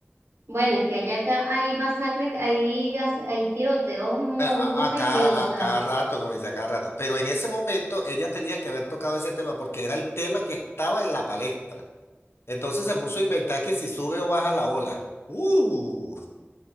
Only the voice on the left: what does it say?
A, a-
a cada,
a cada rato, como dice, a cada rato. Pero en ese momento ella tenía que haber tocado ese tema porque era el tema que estaba en la palestra. Entonces se puso a inventar que si sube o baja la ola. ¡Uh!